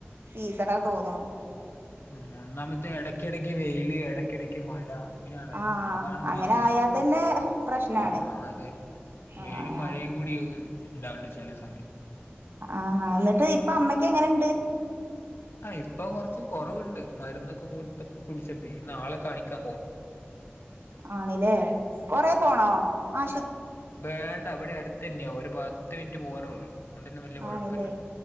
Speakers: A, on the right; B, on the left.
A: സീസണാ തോന്ന്ണു.
B: മ് ഒന്നാമത്തെ എടക്കെടക്ക് വെയ്ല് എടക്കെടക്ക് മഴ അങ്ങനെയാണല്ലോ
A: ആഹ്
B: അതാണ്
A: അങ്ങനെ
B: മെയിൻ പ്രശ്നം
A: ആയാത്തന്നെ പ്രശ്നാണ്
B: ആഹ് അതെ
A: ആഹ്
B: വെയിലും മഴയും കൂടി ഉണ്ടാവില്ല ചില സമയത്ത്
A: ആഹ് ന്ന്ട്ട് ഇപ്പ അമ്മക്ക് എങ്ങനെണ്ട്
B: ആഹ് ഇപ്പ കൊറച്ച് കൊറവ്ണ്ട് മരുന്നൊക്കെ കൊട്ത്ത് കുടിച്ചപ്പേ ഞ്ഞി നാളെ കാണിക്കാ
A: ആണിലേ കൊറേ
B: ഉം.
A: പോണോ ആ
B: വേണ്ട വടെ അട്ത്തന്നേയാ ഒരു പത്ത് മിനിറ്റ് പോകാനൊള്ളു അതോണ്ടന്നെ വല്ല്യേ കൊഴപ്പല്ല.
A: ആണില്ലേ